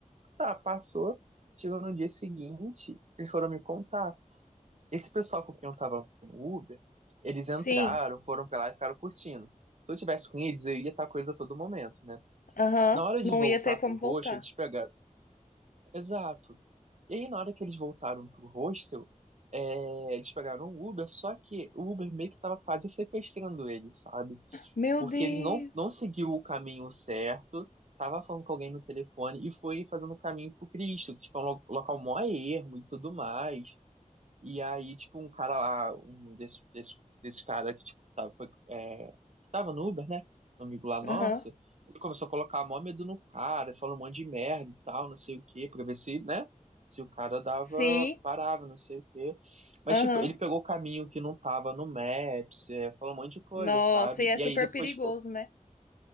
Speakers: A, on the right (about 55°); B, on the left (about 80°).
A: Tá, passou. Chegou no dia seguinte, eles foram me contar. Esse pessoal com quem eu tava no Uber, eles entraram,
B: Sim.
A: foram pra lá e ficaram curtindo. Se eu tivesse com eles, eu ia estar com eles a todo momento, né?
B: Aham.
A: Na hora
B: Não
A: de voltar
B: ia ter como
A: pro roxo,
B: voltar.
A: eles pegaram. Exato. E aí, na hora que eles voltaram pro hostel, é, eles pegaram o Uber, só que o Uber meio que tava quase sequestrando eles, sabe?
B: Meu
A: Porque
B: Deus.
A: eles não, não seguiu o caminho certo, tava falando com alguém no telefone e foi fazendo o caminho pro Cristo, que tipo, é um lo- local mó ermo e tudo mais. E aí, tipo, um cara lá, um desse, desse, desse cara que, tipo, que tava, foi, é, que tava no Uber, né? Um amigo lá nosso,
B: Aham.
A: ele começou a colocar mó medo no cara, falou um monte de merda e tal, não sei o quê, pra ver se, né? Se o cara dava,
B: Sim.
A: parava, não sei o quê. Mas,
B: Aham.
A: tipo, ele pegou o caminho que não tava no Maps, é, falou um monte de coisa,
B: Nossa,
A: sabe?
B: e é
A: E
B: super
A: aí depois,
B: perigoso,
A: tipo,
B: né?